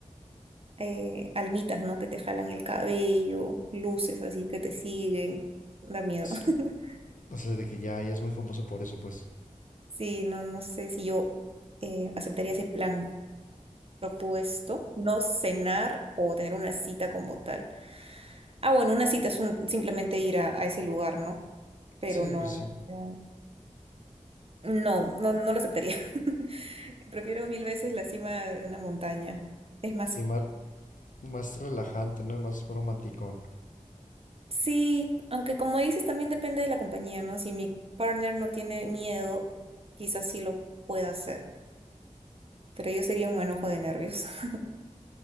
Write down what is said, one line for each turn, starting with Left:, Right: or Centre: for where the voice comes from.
Right: eh, almitas, ¿no? Que te jalan el cabello, luces así que te siguen. Da miedo.
Left: Sí,
Right: <laughs>
Left: o sea, de que ya, ya es muy famoso por eso, pues.
Right: Sí, no, no sé si yo eh, aceptaría ese plan. propuesto no cenar o tener una cita como tal. Ah, bueno, una cita es un- simplemente ir a, a ese lugar, ¿no? Pero
Left: Sí,
Right: no,
Left: pues sí.
Right: o sea, no, no, no lo aceptaría. <laughs> Prefiero mil veces la cima de una montaña. Es más,
Left: Sí, más, más relajante, ¿no? Y más romanticón.
Right: sí, aunque como dices, también depende de la compañía, ¿no? Si mi partner no tiene miedo, quizás sí lo pueda hacer, pero yo sería un manojo de nervios. <laughs>